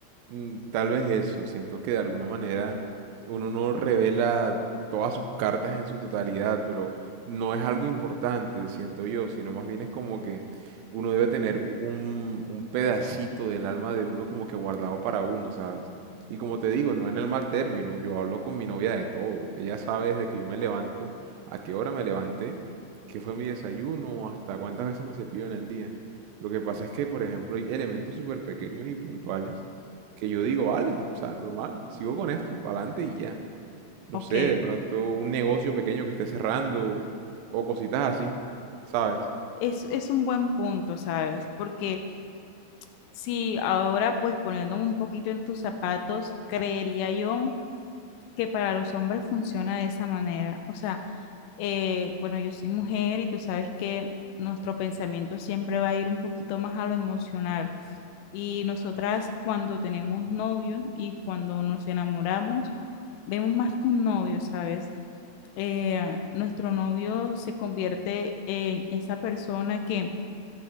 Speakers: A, on the right; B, on the left.
A: Mm, Tal vez eso, siento que de alguna manera uno no revela todas sus cartas en su totalidad, pero no es algo importante, siento yo, sino más bien es como que uno debe tener u- un, un pedacito del alma de uno como que guardado para uno, ¿sabes? Y como te digo, no en el mal término, yo hablo con mi novia de todo, ella sabe desde que yo me levanto, a qué hora me levanté, qué fue mi desayuno, hasta cuántas veces me cepillo en el día. Lo que pasa es que, por ejemplo, hay elementos súper pequeños y puntuales que yo digo, vale, o sea, normal, sigo con esto, para adelante y ya. No
B: Ok,
A: sé, de pronto un negocio pequeño que esté cerrando o cositas así, ¿sabes?
B: es, es un buen punto, ¿sabes? Porque si ahora pues poniéndome un poquito en tus zapatos, creería yo que para los hombres funciona de esa manera. O sea, eh, bueno, yo soy mujer y tú sabes que nuestro pensamiento siempre va a ir un poquito más a lo emocional. Y nosotras cuando tenemos novios y cuando nos enamoramos, vemos más que un novio, ¿sabes? Eh, nuestro novio se convierte en esa persona que